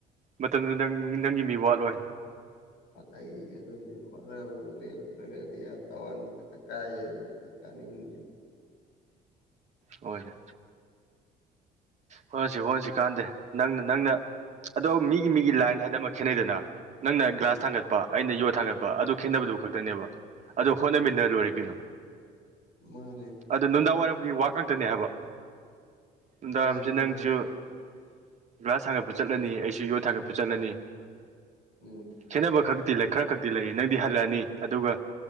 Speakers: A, on the right; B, on the left.
A: ꯃꯇꯝꯗꯨ ꯅꯪ ꯅꯪꯒꯤ ꯃꯤ ꯋꯥꯠꯂꯣꯏ
B: ꯑꯩ ꯑꯗꯨ ꯍꯣꯠꯅꯕꯕꯨ ꯂꯦꯞꯇ꯭ꯔꯒꯗꯤ ꯑꯥ ꯇꯋꯥꯔ ꯃꯊꯛꯇ ꯀꯥꯏ ꯍꯥꯏꯗꯣ ꯀꯥꯅꯤꯡꯉꯦ
A: ꯍꯣꯏ ꯍꯣꯠꯅꯁꯤ ꯍꯠꯅꯁꯤ ꯀꯥꯟꯗꯦ ꯅꯪꯅ ꯅꯪꯅ ꯑꯗꯣ ꯃꯤꯒꯤ ꯃꯤꯒꯤ ꯂꯥꯏꯟ ꯍꯥꯏꯗꯅ ꯑꯃ ꯈꯦꯠꯅꯩꯗꯅ ꯅꯪꯅ
B: ꯎꯝ
A: ꯒ꯭ꯂꯥꯁ ꯊꯥꯡꯒꯠ ꯄ ꯑꯩꯅ ꯌꯣꯠ ꯊꯥꯡꯒꯠꯄ ꯑꯗꯨ ꯈꯦꯠꯅꯕꯗꯨ ꯈꯛꯇꯅꯦꯕ ꯑꯗꯣ ꯍꯣꯠꯅꯃꯤꯟꯅꯔ ꯂꯣꯏꯔꯦ ꯀꯩꯅꯣ
B: ꯃꯥꯅꯦ
A: ꯑꯗꯨ ꯅꯨꯡꯗꯥꯡ ꯋꯥꯏꯔꯝꯒꯤ ꯋꯥꯛ ꯉꯥꯛꯇꯅꯦ ꯍꯥꯏꯕ ꯅꯨꯡꯗꯥꯡ
B: ꯃꯥꯅꯦ
A: ꯋꯥꯏꯔꯝ
B: ꯃꯥꯅꯦ
A: ꯒ꯭ꯂꯥꯁ ꯊꯥꯡꯒꯠꯄ ꯆꯠꯂꯅꯤ ꯑꯩꯁꯨ ꯌꯣꯠ ꯊꯥꯡꯒꯠꯄ ꯆꯠꯂꯅꯤ
B: ꯎꯝ
A: ꯈꯦꯠꯅꯕ ꯈꯛꯇꯤ ꯂꯩ ꯈꯔ ꯈꯛꯇꯤ ꯂꯩ ꯅꯪꯗꯤ ꯍꯜꯂꯛꯑꯅꯤ ꯑꯗꯨꯒ